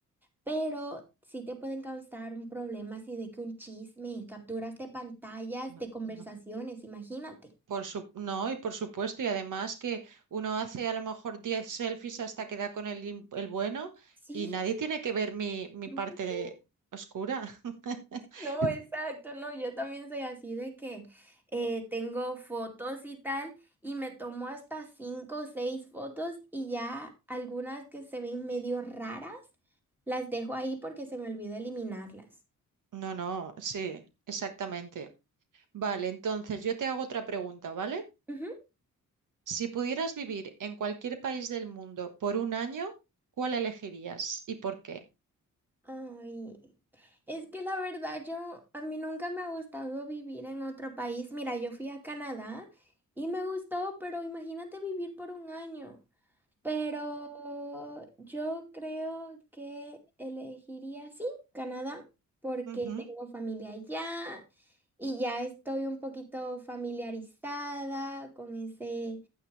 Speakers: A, in the centre; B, on the right (about 70°).
A: pero sí te pueden causar un problema así de que un chisme, capturas de pantallas,
B: No,
A: de conversaciones,
B: no
A: imagínate.
B: Por su, no, y por supuesto, y además que uno hace a lo mejor 10 selfies hasta que da con el, im- el bueno
A: Sí,
B: y nadie tiene que ver mi, mi
A: <laughs>
B: parte oscura. <laughs>
A: No, exacto, no, yo también soy así de que eh, tengo fotos y tal, y me tomo hasta cinco o seis fotos y ya algunas que se ven medio raras, las dejo ahí porque se me olvida eliminarlas.
B: No, no, sí, exactamente. Vale, entonces yo te hago otra pregunta, ¿vale?
A: Ujú.
B: Si pudieras vivir en cualquier país del mundo por un año, ¿cuál elegirías y por qué?
A: Ay, es que la verdad yo, a mí nunca me ha gustado vivir en otro país. Mira, yo fui a Canadá y me gustó, pero imagínate vivir por un año. Pero yo creo que elegiría, sí, Canadá, porque
B: Ujú.
A: tengo familia allá y ya estoy un poquito familiarizada con ese